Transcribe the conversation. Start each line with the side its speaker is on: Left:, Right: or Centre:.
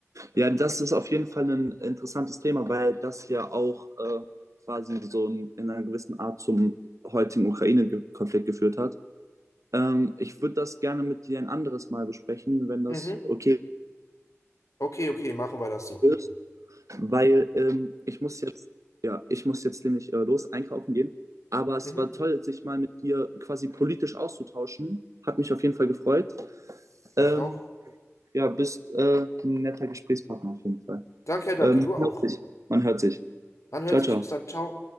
Right: Ja, das ist auf jeden Fall ein interessantes Thema, weil das ja auch äh, quasi so ein, in einer gewissen Art zum heutigen Ukraine-Konflikt geführt hat. Ähm, ich würde das gerne mit dir ein anderes Mal besprechen, wenn das
Left: Mhm.
Right: okay
Left: Okay, okay, machen wir das so.
Right: ist, weil ähm, ich muss jetzt, ja, ich muss jetzt nämlich äh, los einkaufen gehen. Aber es
Left: Mhm.
Right: war toll, sich mal mit dir quasi politisch auszutauschen. Hat mich auf jeden Fall gefreut. Ähm,
Left: Mich auch.
Right: ja, bist äh, ein netter Gesprächspartner auf jeden Fall.
Left: Danke, danke,
Right: Ähm,
Left: du auch.
Right: man hört sich. Man hört sich.
Left: Man hört
Right: Ciao,
Left: sich.
Right: ciao.
Left: Bis dann. Ciao.